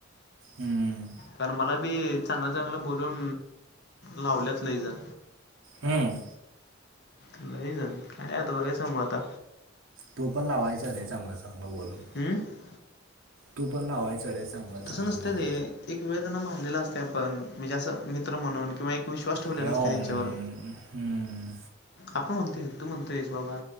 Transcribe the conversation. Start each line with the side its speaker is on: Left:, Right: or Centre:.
Right: हम्म.
Left: कारण मला बी चांगलं चांगलं बोलून लावल्यात लैजण
Right: हम
Left: नाही झाली काय आता काय सांगू आता
Right: तो पण लावायचा रे चांगलं चांगलं बोलून.
Left: <unintelligible>
Right: तू पण लावायचा रे. चांगलं चांगलं
Left: तसं नसते
Right: बोलून
Left: रे, एक वेळ त्यांना मानलेला असतय आपण म्हणजे असं मित्र म्हणून किंवा एक विश्वास ठेवलेला
Right: हे
Left: असतय
Right: ओम,
Left: त्यांच्यावर.
Right: हम्म,
Left: आपण म्हणतोय तू म्हणतो आहेस बाबा